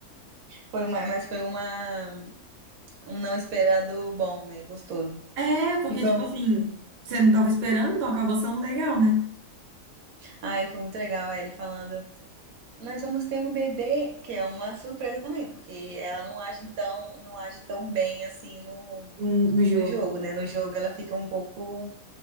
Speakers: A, on the right; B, on the right.
A: Foi uma, mas foi uma, um não esperado bom, né? Gostoso.
B: É, porque,
A: E foi,
B: tipo
A: um-
B: assim, você não estava esperando, então acabou sendo legal, né?
A: ai, foi muito legal aí ele falando, nós vamos ter um bebê, que é uma surpresa também, porque ela não age tão, não age tão bem assim no,
B: Hum, No jogo.
A: no jogo, né? No jogo ela fica um pouco